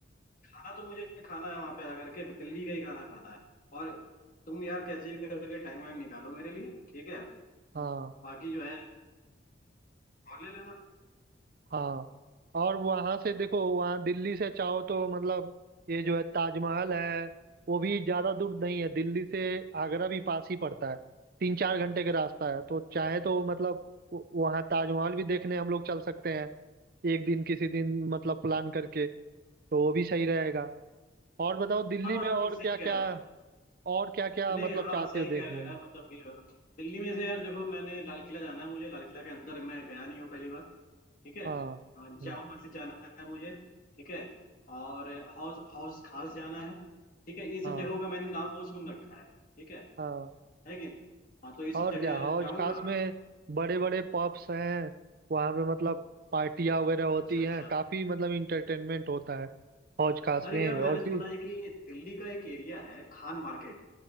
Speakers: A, on the left; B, on the right.
A: खाना तो मुझे खाना है वहां पे आकर के दिल्ली का ही खाना खाना है और तुम यार कैसे भी करके टाइम वाइम निकालो मेरे लिए ठीक है
B: हाँ
A: बाकी जो है और ले लेना
B: हाँ और वहाँ से देखो वहाँ दिल्ली से चाहो तो मतलब ये जो है ताजमहल है वो भी ज्यादा दूर नहीं है दिल्ली से आगरा भी पास ही पड़ता है तीन चार घंटे का रास्ता है तो चाहे तो मतलब व- वहाँ ताजमहल भी देखने हम लोग चल सकते हैं एक दिन किसी दिन मतलब प्लान करके तो वो भी सही रहेगा और बताओ दिल्ली
A: हाँ
B: में
A: हाँ
B: और
A: नहीं सही
B: क्या क्या
A: कह रहे हो
B: और क्या क्या
A: नहीं
B: मतलब
A: हाँ
B: चाहते
A: सही
B: हो देखने
A: कह रहे हो
B: में
A: यार मतलब कि दिल्ली में से यार देखो मैंने लाल किला जाना है मुझे लाल किला के अंदर मैं गया नहीं हूँ पहली बार ठीक है
B: हाँ
A: अ,
B: हम्म,
A: जामा मस्जिद जाना है मुझे ठीक है और हाउस हाउस खास जाना है ठीक है ये सब
B: हाँ
A: जगहों का मैंने नाम बहुत सुन रखा है ठीक है
B: हाँ
A: है कि नहीं हाँ तो ये सब
B: और
A: जगह
B: क्या हौज
A: जाऊंगा
B: खास में बड़े बड़े पब्स हैं वहाँ पे मतलब पार्टियाँ वगैरह होती
A: अच्छा अच्छा
B: हैं काफी मतलब इंटरटेनमेंट होता है हौज खास
A: अरे
B: में
A: यार मैंने
B: और
A: सुना
B: फिर
A: है कि दिल्ली का एक एरिया है खान मार्केट